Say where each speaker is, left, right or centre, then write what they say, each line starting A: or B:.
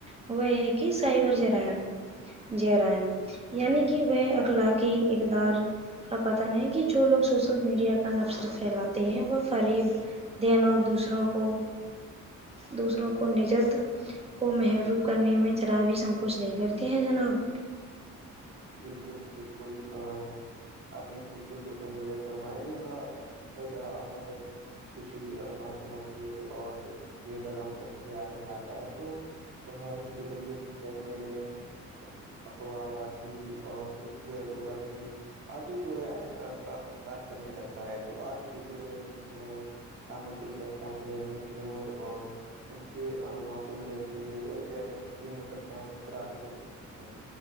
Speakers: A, on the right; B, on the right.
A: وہ یہ ہے کہ سائیور جرائم جرائم یعنی کہ وہ اخلاقی اقدار کا پتہ نہیں کہ جو لوگ سوشل میڈیا کا نفسر پھیلاتے ہیں وہ فریب دین اور دوسروں کو دوسروں کو نجت کو محروب کرنے میں چراابی سنکوچ نہیں کرتے ہیں جناب
B: بالکل بالکل ا آپ نے بالکل مجھے فرمایا یہاں مطلب یہاں آنا جب کسی ن سمج اور بے لگام شخص کے ہاتھ میں آتا ہے تو وہاں اس کے ذریعے بیک ملنگ ابوباد جی اور وت دھوگا دھڑی آدھی جو ہے کا ک کرنے لگتا ہے تو آج چھوٹے چھوٹے بچے تمکری تک پہنچ رہے ہیں ان کی عمر اور <unintelligible> ان کے معصوم جین کے لیے یا ج کے م متردک اے